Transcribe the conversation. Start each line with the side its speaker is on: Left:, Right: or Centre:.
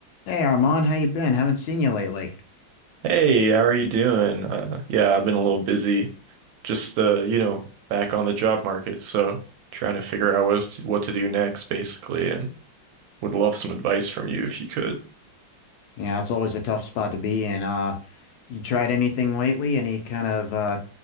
Left: Hey Armand, how you been? Haven't seen you lately.
Right: Hey, how are you doing? Uh, yeah, I've been a little busy, just uh, you know, back on the job market, so trying to figure out what to, what to do next, basically, and would love some advice from you if you could.
Left: Yeah, it's always a tough spot to be in. Uh, you tried anything lately? Any kind of uh,